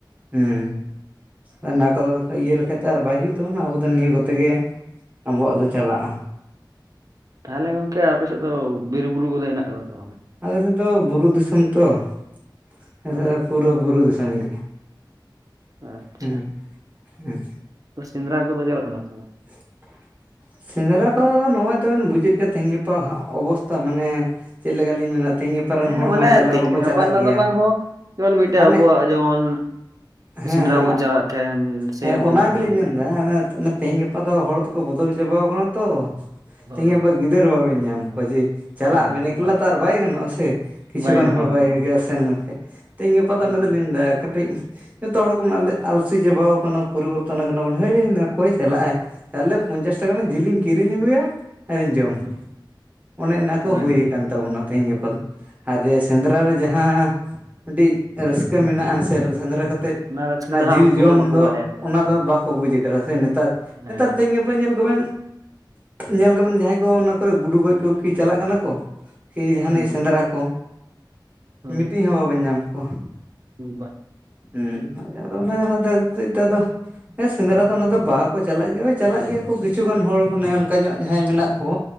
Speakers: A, on the right; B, on the right.
A: ᱦᱩᱸ᱾ ᱟᱨ ᱚᱱᱟ ᱠᱚᱫᱚ ᱤᱭᱟᱹ ᱞᱮᱠᱷᱟᱡ ᱛᱚ ᱟᱨ ᱵᱟᱭ ᱦᱩᱭᱩᱜ ᱛᱟᱵᱚᱱᱟ ᱟᱵᱚ ᱫᱚ ᱱᱤᱭᱟᱹ ᱠᱚᱛᱮ ᱜᱮ ᱟᱵᱚᱣᱟᱜ ᱫᱚ ᱪᱟᱞᱟᱜᱼᱟ
B: ᱛᱟᱦᱚᱞᱮ ᱜᱚᱝᱠᱮ ᱟᱯᱮ ᱥᱮᱫ ᱫᱚ ᱵᱤᱨ ᱵᱩᱨᱩ ᱠᱚᱫᱚ ᱦᱮᱱᱟᱜ ᱠᱟᱫᱟ ᱥᱮ ᱵᱟᱝ?
A: ᱟᱞᱮᱥᱮᱫ ᱫᱚ ᱵᱩᱨᱩ ᱫᱤᱥᱚᱢ ᱛᱚ᱾ <unintelligible>
B: ᱚ
A: ᱯᱩᱨᱟᱹ ᱵᱩᱨᱩ ᱫᱤᱥᱚᱢ ᱜᱮ
B: ᱟᱪᱪᱷᱟ
A: ᱦᱩᱸ ᱦᱩᱸ᱾
B: ᱛᱚ ᱥᱮᱸᱫᱽᱨᱟ ᱠᱚᱫᱚ ᱪᱟᱞᱟᱜ ᱠᱟᱱᱟᱢ ᱥᱮ ᱵᱟᱝ?
A: <inaudible> ᱥᱮᱸᱫᱽᱨᱟ ᱠᱚᱫᱚ ᱱᱚᱜᱼᱚᱭ ᱛᱚᱵᱮᱱ ᱵᱩᱡᱮᱫ ᱜᱮᱭᱟ ᱛᱮᱦᱮᱧ ᱜᱟᱯᱟ ᱚᱵᱚᱥᱛᱟ ᱢᱟᱱᱮ ᱪᱮᱫ ᱞᱮᱠᱟᱞᱤᱧ ᱢᱮᱱᱟ ᱛᱮᱦᱮᱧ ᱜᱟᱯᱟ ᱨᱮᱱ
B: ᱦᱮᱸ
A: ᱦᱚᱲ
B: ᱢᱟᱱᱮ
A: ᱢᱟ ᱪᱟᱞᱟᱣ
B: ᱛᱮᱦᱮᱧ
A: ᱵᱟᱠᱚ
B: ᱜᱟᱯᱟ
A: ᱪᱟᱞᱟᱜ
B: ᱨᱮᱱᱟᱜ
A: ᱜᱮᱭᱟ,
B: ᱫᱚ ᱵᱟᱝ ᱦᱚᱸ ᱡᱮᱢᱚᱱ ᱢᱤᱫᱴᱮᱡ
A: ᱢᱟᱱᱮ
B: ᱟᱵᱚᱣᱟᱜ ᱡᱮᱢᱚᱱ
A: ᱦᱮᱸ
B: ᱥᱮᱸᱫᱽᱨᱟ ᱵᱚᱱ ᱪᱟᱞᱟᱜ ᱛᱟᱦᱮᱱ ᱥᱮᱨᱚᱠᱚᱢ
A: ᱦᱮᱸ ᱚᱱᱟ
B: ᱟᱨᱠᱤᱧ
A: ᱜᱮᱞᱤᱧ
B: ᱞᱟᱹᱭᱮᱫᱼᱟ
A: ᱢᱮᱱᱫᱟ᱾ ᱛᱮᱦᱤᱧ ᱜᱟᱯᱟ ᱫᱚ ᱦᱚᱲ ᱫᱚᱠᱚ ᱵᱚᱫᱚᱞ ᱪᱟᱵᱟᱣ ᱠᱟᱱᱟ ᱛᱚ ᱛᱮᱦᱮᱧ
B: ᱦᱳᱭ
A: ᱜᱟᱯᱟ ᱜᱤᱫᱟᱹᱨ ᱵᱟᱵᱮᱱ ᱧᱟᱢ ᱠᱚᱣᱟ ᱡᱮ ᱪᱟᱞᱟᱜ
B: ᱦᱮᱸ
A: ᱟᱵᱮᱱ ᱮᱠᱞᱟ
B: ᱵᱟ-
A: ᱛᱚ ᱟᱨ ᱵᱟᱭ ᱜᱟᱱᱚᱜᱼᱟ ᱥᱮ ᱠᱤᱪᱷᱩᱜᱟᱱ
B: ᱵᱟᱭ ᱜᱟᱱᱚᱜᱼᱟ
A: ᱦᱚᱲ ᱵᱟᱭ
B: ᱦᱳᱭ
A: ᱥᱮᱱ ᱞᱮᱱᱠᱷᱟᱱ᱾ ᱛᱮᱧ ᱜᱟᱯᱟᱛᱚ
B: ᱦᱩᱸ
A: ᱚᱱᱟ ᱛᱚᱞᱤᱧ ᱞᱟᱹᱭᱫᱟ ᱠᱟᱹᱴᱤᱡᱧ ᱡᱚᱛᱚ ᱦᱚᱲ ᱜᱮᱵᱚᱱ ᱟᱞᱮ ᱟᱞᱥᱤ ᱪᱟᱵᱟᱣ ᱟᱠᱟᱱᱟ ᱯᱚᱨᱤᱵᱚᱨᱛᱚᱱ ᱟᱠᱟᱱᱟ ᱵᱚᱱ ᱦᱮ ᱚᱠᱚᱭ ᱪᱟᱞᱟᱜᱼ ᱟᱭ᱾ ᱛᱟᱦᱞᱮ ᱯᱚᱧᱪᱟᱥ ᱴᱟᱠᱟ ᱨᱮᱱᱟ ᱡᱤᱞᱤᱧ ᱠᱤᱨᱤᱧ ᱟᱹᱜᱩᱭᱟ᱾ ᱟᱨᱤᱧ ᱡᱚᱢᱟ
B: ᱦᱩᱸ
A: ᱚᱱᱮ ᱚᱱᱟᱠᱚ
B: ᱚᱱᱟ
A: ᱦᱩᱭᱩ
B: ᱜᱮᱛᱚ
A: ᱟᱠᱟᱱ ᱛᱟᱵᱚᱱᱟ ᱛᱮᱦᱤᱧ ᱜᱟᱯᱟ ᱫᱚ᱾ ᱟᱨ ᱡᱮ
B: ᱦᱩᱸ
A: ᱥᱮᱸᱫᱽᱨᱟ ᱨᱮ ᱡᱟᱦᱟᱸ ᱢᱤᱴᱤᱡ ᱨᱟᱹᱥᱠᱟᱹ ᱢᱮᱱᱟᱜ ᱟᱱᱥᱮ ᱥᱮᱸᱫᱽᱨᱟ ᱠᱟᱛᱮ ᱛᱮᱫ
B: ᱨᱟᱹᱥᱠᱟᱹ
A: ᱚᱱᱟ
B: ᱫᱚ ᱦᱟᱸᱜ
A: ᱡᱤᱞ
B: ᱩᱱᱠᱩ
A: ᱡᱚᱢ
B: ᱵᱟᱠᱚ
A: ᱫᱚ
B: ᱵᱟᱰᱟᱭᱟ ᱥᱮ
A: ᱚᱱᱟ
B: ᱦᱳᱭ
A: ᱫᱚ ᱵᱟᱠᱚ ᱵᱩᱡᱽ ᱟᱠᱟᱫᱟᱼᱟ ᱥᱮ ᱱᱮᱛᱟᱨ ᱱᱮᱛᱟᱨ
B: ᱦᱮᱸ
A: ᱛᱮᱦᱮᱧ ᱜᱟᱯ ᱧᱮᱞ ᱠᱚᱵᱮᱱ ᱧᱮᱞ ᱠᱚᱵᱮᱱ ᱡᱟᱦᱟᱸᱭ ᱠᱚ ᱚᱱᱟ ᱠᱚᱨᱮ ᱜᱩᱰᱩ ᱜᱚᱡ ᱠᱚ ᱠᱤ ᱪᱟᱞᱟᱜ ᱠᱟᱱᱟ ᱠᱚ᱾ ᱠᱤ ᱡᱟᱦᱟᱱᱤᱡ
B: ᱦᱩᱸ
A: ᱥᱮᱸᱫᱽᱨᱟ ᱠᱚ
B: ᱦᱳᱭ
A: ᱢᱤᱫᱴᱤᱡ ᱦᱚᱸ ᱵᱟᱵᱚᱱ ᱧᱟᱢ ᱠᱚᱣᱟ᱾
B: ᱵᱟ᱾
A: ᱦᱩᱸ ᱟᱫᱚ ᱚᱱᱮ ᱚᱱᱟ ᱛᱮᱪ ᱫᱚ ᱥᱮᱸᱫᱽᱨᱟ ᱫᱚ ᱚᱱᱟ ᱫᱚ ᱵᱟᱠᱚ ᱪᱟᱞᱟᱜ ᱜᱮᱭᱟ ᱪᱟᱞᱟᱜ ᱜᱮᱭᱟ ᱠᱚ ᱠᱤᱪᱷᱩᱜᱟᱱ ᱦᱚᱲ ᱢᱟᱱᱮ ᱚᱱᱠᱟ ᱧᱚᱜ ᱡᱟᱦᱟᱸᱭ ᱢᱮᱱᱟᱜ ᱠᱚ᱾